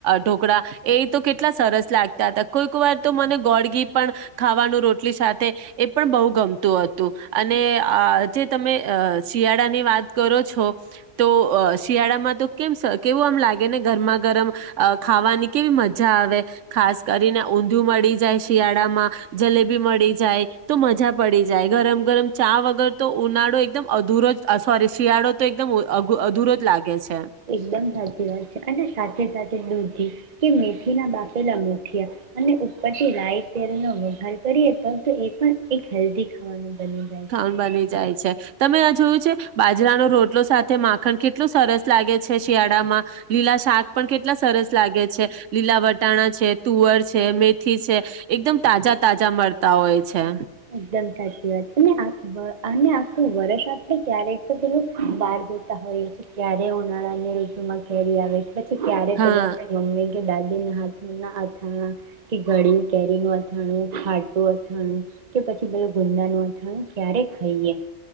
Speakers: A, on the right (about 85°); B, on the right (about 40°).
A: ઢોકળા એ તો કેટલા સરસ લાગતા હતા, કોઈક વાર તો, મને ગોળ ઘી પણ ખાવાનું રોટલી સાથ એ પણ બહુ ગમતું હતું, અને આ જે તમે અ શિયાળાની વાત કરો છો, તો શિયાળામાં તો કેમ કેવું આમ લાગે ને ગરમા ગરમ ખાવાની કેવી મજા આવે ખાસ કરીને ઊંધીયું મળી જાય શિયાળામાં જલેબી મળી જાય તો! મજા પડી જાય. ગરમ ગરમ ચા વગર તો ઉનાળો એકદમ અધુરો જ સોરી, શિયાળો તો એકદમ અધુરો જ લાગે છે.
B: એકદમ સાચી વાત છે. અને સાથે સાથે દુધી કે મીઠ ધી ના બાફેલા મુઠીયા. અને, ઉપરથી રાય, તેલ નો વઘાર કરીએ તો તો, એ પણ એક હેલ્ધી ખાવાનું બની જાય
A: ખાવાનું
B: છે.
A: બની જાય છે. તમે આ જોયું છે? બાજરાનો રોટલો સાથે માખણ કેટલું સરસ લાગે છે. શિયાળામાં લીલા શાક પણ કેટલા સરસ લાગે છે. લીલા વટાણા છે, તુવર છે, મેથી છે એકદમ તાજા તાજા તાજા મળતા હોય છે.
B: એકદમ સાચી વાત છેં. અને આ વ અને આ <unintelligible> ખુ વરસ આપલે ક્યારેક તો પેલું બાર જોતા હોઈએ છે. ક્યારે ઉનાળાની ઋતુમાં કેરી આવે? પછી ક્યારે
A: હા
B: પેલું આપણે મમ્મી કે દાદીના હાથના આ હ હા કે ગળિયું કેરીનું અથાણું ખાટ તો અથાણું કે પછી <unintelligible> કે ગુંદા નું અથાણું ક્યારે ખઈશ.? યે